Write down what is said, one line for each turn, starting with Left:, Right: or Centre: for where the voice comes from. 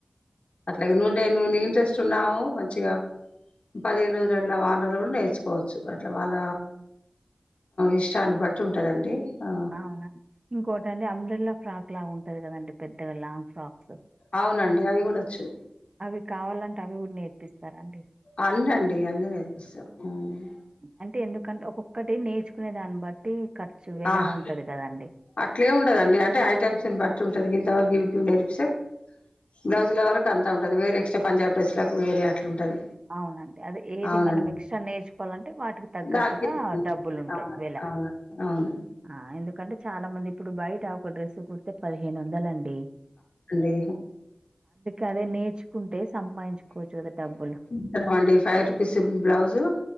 Left: అట్లాగే ను నేను ఇంట్రెస్ట్ ఉన్నాను మంచిగా పదిహేను రోజులలా వారం రోజులు కూడా నేర్చుకోవచ్చు అ ఇట్లా వాళ్ళ ఇష్టాన్ని బట్టి ఉంటదండి ఆ
Right: అవునా ఇంకోటండి అంబ్రిల్లా ఫ్రాక్ లాగా ఉంటది కదండి పెద్దగా లాంగ్ ఫ్రాక్ క్స్
Left: అవునండి అవి కూడావచ్చు
Right: అవి కావాలంటే అవి కూడా నేర్పిస్తారండి
Left: అన్నండి అన్నీ నేర్పిస్తాం ఉమ్.
Right: అంటే ఎందుకంటే ఒక్కొక్కటి నేర్చుకునే దాన్ని బట్టి ఖర్చు ఎలా
Left: ఆహ్
Right: ఉంటది కదండి
Left: అట్లేమి ఉండదండి అంటే ఐటమ్సును బట్టి ఉంటది గింతవరకు నేర్పిస్తే బ్లౌజుల వరకు అంత ఉంటది వేరే ఎక్స్ట్రా పంజాబ్ డ్రెస్సెసుకు వేరే అట్లా ఉంటది
Right: అవునండి అదె ఏది
Left: అవునండి
Right: మనం ఎక్స్ట్రా నేర్చుకోలం అంటే వాటికి తగ్గట్టుగా
Left: దానికి
Right: డబ్బులు ఉంటాయ్
Left: అవును
Right: వెలా
Left: అవును అవును
Right: ఆ ఎందుకంటే చాలా మంది ఇప్పుడు బయట ఒక డ్రెస్సు కుడితే పదిహేను వందలండి
Left: అండి
Right: డి ఇక అదే నేర్చుకుంటే సంపాదించుకోవచ్చు గదా డబ్బులు
Left: <unintelligible> అండి ఫైవ్ రూపీస్ బ్లౌజు